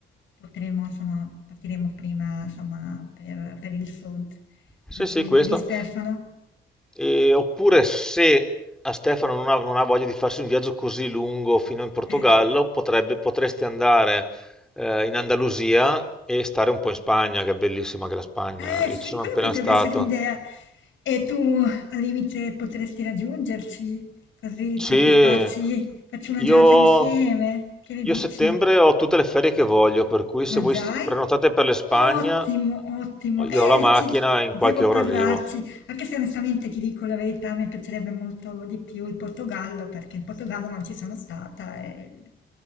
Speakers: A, on the left (about 70°); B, in the centre.
A: potremo insomma partiremo prima, insomma, per per il sud, per
B: Sì,
A: la
B: sì,
A: Puglia
B: questo.
A: di Stefano.
B: E- oppure se a Stefano non ha, non ha voglia di farsi un viaggio così lungo fino in Portogallo,
A: Eh.
B: potrebbe, potresti andare eh, in Andalusia e stare un po' in Spagna, che è bellissima anche la Spagna.
A: Eh
B: Io
A: sì,
B: ci sono
A: quella
B: appena
A: potrebbe
B: stato.
A: essere un'idea. E tu al limite potresti raggiungerci, così
B: Sì,
A: cioè, per farci facci una
B: io,
A: giornata insieme. Che ne
B: io
A: dici?
B: a settembre ho tutte le ferie che voglio, per cui se
A: Ma dai,
B: voi s- prenotate per l'Espagna,
A: ottimo, ottimo.
B: io
A: Eh,
B: ho la macchina
A: ci,
B: e in
A: devo
B: qualche ora
A: parlarci,
B: arrivo.
A: anche se onestamente ti dico la verità, mi piacerebbe molto di più il Portogallo, perché in Portogallo non ci sono stata. e-